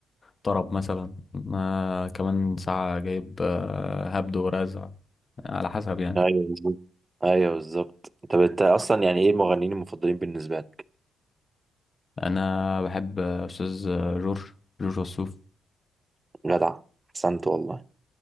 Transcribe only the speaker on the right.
ايوه بالظبط ايوه بالظبط طب انت اصلا يعني ايه المغنيين المفضلين بالنسبه لك
جدع احسنت والله